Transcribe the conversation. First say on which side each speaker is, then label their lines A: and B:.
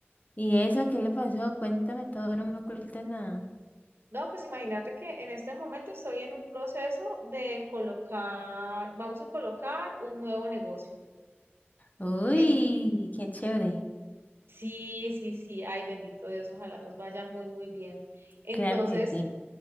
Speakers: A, on the left; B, on the right.
A: ¿Y eso? ¿Qué le pasó? Cuéntame todo, no me ocultes nada.
B: No, pues imagínate que en este momento estoy en un proceso de colocar, vamos a colocar un nuevo negocio.
A: Uy,
B: En,
A: qué chévere.
B: sí, sí, sí, ay, bendito Dios, ojalá nos vaya muy, muy bien. Entonces,
A: Claro que sí.